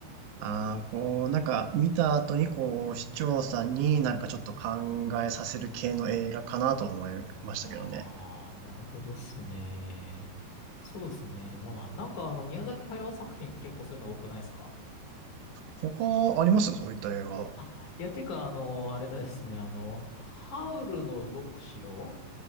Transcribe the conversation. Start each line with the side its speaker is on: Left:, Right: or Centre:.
Right: ああ、こう、なんか見た後にこう、視聴者になんかちょっと考えさせる系の映画かなと思いましたけどね。
Left: ああ、なるほどっすね。そうですね。まあ、なんかあの、宮崎駿作品って結構そういうの多くないですか
Right: 他ありますそういった映画。
Left: あ、いや、てか、あの、あれですね、あの、ハウルの動く城